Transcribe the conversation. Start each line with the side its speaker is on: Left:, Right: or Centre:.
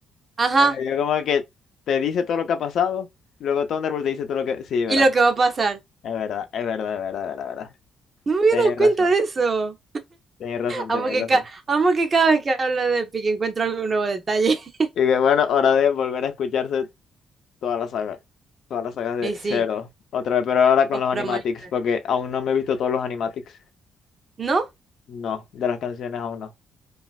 Right: Ajá,
Left: En el medio como que te dice todo lo que ha pasado, luego Thunderbolt te dice todo lo que... Sí, verdad.
Right: y lo que va a pasar.
Left: Es verdad, es verdad, es verdad, es verdad, es verdad.
Right: No me había
Left: Tenés
Right: dado cuenta
Left: razón,
Right: de eso.
Left: tenés razón, tenés
Right: Amo que,
Left: razón.
Right: ca- amo que cada vez que hablo de Epic encuentro algún nuevo detalle. <laughs>
Left: Y que bueno, hora de volver a escucharse Toda la saga. Todas las sagas de
Right: Y sí,
Left: cero. Otra vez, pero ahora con
Right: obra
Left: los animatics,
Right: maestra.
Left: porque aún no me he visto todos los animatics.
Right: ¿No?
Left: No, de las canciones aún no.